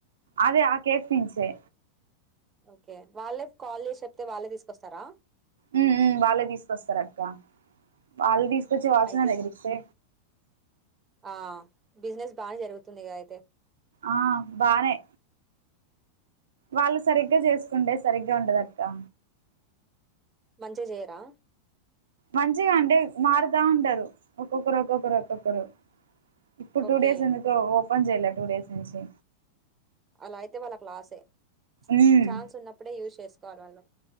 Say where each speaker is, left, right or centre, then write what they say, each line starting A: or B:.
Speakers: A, on the right (about 65°); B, on the right (about 20°).
A: అదే ఆ కేఫ్ నించే.
B: ఓకే వాళ్ళే కాల్ జేషి చెప్తె వాళ్ళే తీసుకొస్తరా.
A: మ్మ్ మ్మ్ వాళ్ళే తీసుకొస్తరక్క వాళ్ళు తీసుకొచ్చి వాచ్మెన్
B: అయితే
A: దగ్గరిస్తే
B: ఆ బిజినెస్ బాగా జరుగుతుంది కదా అయితే.
A: ఆ బానే వాళ్ళు సరిగ్గా చేసుకుంటే సరిగ్గా ఉండదక్కా.
B: మంచిగ చేయరా.
A: మంచిగ అంటే మారుతా ఉంటారు ఒక్కొక్కరు ఒక్కొక్కరు ఒక్కొక్కరు ఇప్పుడు
B: ఓకే
A: టూ డేస్ ఎందుకు ఓపన్ చేయలే టూ డేస్ నుంచి.
B: అలా అయితే వాళ్ళకు లాసే.
A: ఉమ్
B: ఛాన్స్ ఉన్నప్పుడే యూస్ చేస్కోవాలి వాళ్ళు.